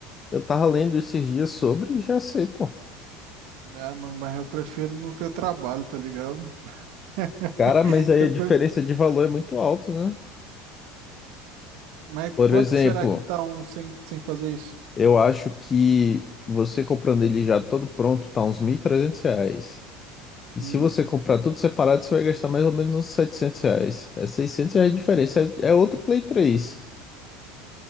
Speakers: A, on the left; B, on the right.
A: eu tava lendo esses dias sobre e já sei, pô.
B: é, mano, mas eu prefiro não ter trabalho, tá ligado? <laughs>
A: Cara, mas aí
B: Eu,
A: a
B: pre-
A: diferença de valor é muito alta, né?
B: Mas
A: Por
B: quanto
A: exemplo,
B: que será que tá um sem, sem fazer isso?
A: eu acho que você comprando ele já todo pronto tá uns 1.300 reais. E
B: Hum,
A: se você comprar tudo separado, você vai gastar mais ou menos uns 700 reais. É 600 reais de diferença. É, é outro Play 3.